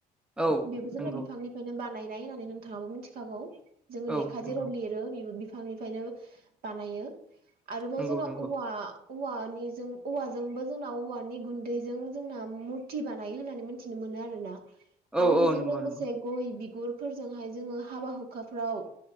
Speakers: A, in the centre; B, on the right (about 65°).
A: औ
B: बेबो जोंना
A: नंगौ
B: बिफांनिफ्रायनो बानायनाय होननानै नोंथाङाबो मिथिखागौ। जोङो
A: औ
B: लेखा
A: नंगौ
B: जेराव लिरो बि बिफांनिफ्रायनो बानायो आरोबाव
A: नंगौ
B: जोंना
A: नंगौ
B: औवा औवानिों औवाजोंबो जोंना औवानि गुन्दैजों जोंना मुरथि बानायो होननानै। मिथिनो मोनो आरोोना
A: औ
B: आरो बेजों
A: औ नंगौ
B: लोगोसे
A: नंगौ
B: गय बिगुरफोरजोंहाय जोङो हाबा हुखाफ्राव